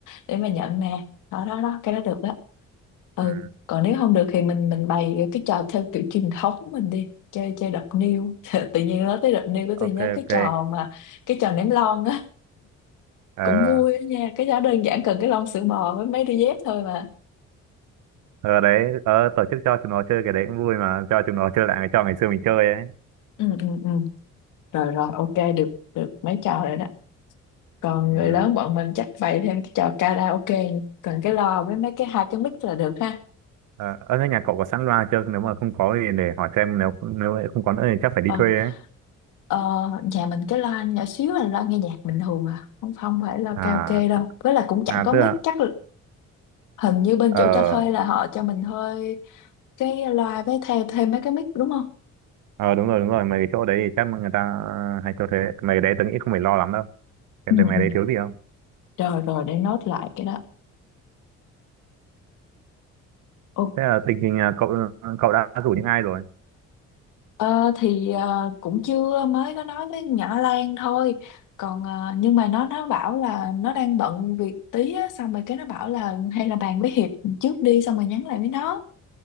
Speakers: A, on the left; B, on the right.
A: để mà nhận nè đó đó đó cái đó được đó ừ
B: ừ.
A: còn nếu không được thì mình mình bày cái trò theo kiểu truyền thống mình đi chơi chơi đập niêu <laughs> tự nhiên nói tới đập niêu của tôi
B: ok
A: nhớ cái
B: ok
A: trò mà cái trò ném lon á
B: ờ
A: cũng vui á nha cái đó đơn giản cần cái lon sữa bò với mấy đôi dép thôi mà
B: ờ đấy ờ, tổ chức cho chúng nó chơi cái đấy cũng vui mà cho chúng nó chơi lại cái trò ngày xưa mình chơi ấy
A: ừ, ừ, ừ. Rồi rồi, ok, được được mấy trò rồi đó. Còn
B: ừ.
A: người lớn bọn mình chắc bày thêm cái trò karaoke, cần cái loa với mấy cái hai cái mic là được ha.
B: Ờ, ở thế nhà cậu có sẵn loa chưa? Nếu mà không có thì để hỏi xem nếu nếu không có nữa thì chắc phải đi
A: Ờ,
B: thuê ấy.
A: ờ, nhà mình cái loa nhỏ xíu là loa nghe nhạc bình thường à, không không phải loa
B: À
A: karaoke đâu. Với là cũng chẳng
B: à
A: có
B: tức
A: mic,
B: là
A: chắc là- hình như bên
B: ờ
A: chỗ cho thuê là họ cho mình thuê cái loa với thêm thêm mấy cái mic đúng không?
B: ờ đúng rồi đúng rồi mấy cái chỗ đấy thì chắc người ta ờ, hay cho thế. Mấy cái đấy tớ nghĩ không phải lo lắm đâu. Xem
A: Ừ,
B: thấy mấy
A: ừ.
B: đấy thiếu gì không?
A: Rồi rồi để nốt lại cái đó. Ok.
B: Thế là tình hình là cậu cậu đã rủ những ai rồi?
A: Ờ, thì ờ, cũng chưa mới có nói với nhỏ Lan thôi còn ờ, nhưng mà nó nó bảo là nó đang bận việc tí á, xong rồi cái nó bảo là hay là bàn với Hiệp trước đi xong rồi nhắn lại với nó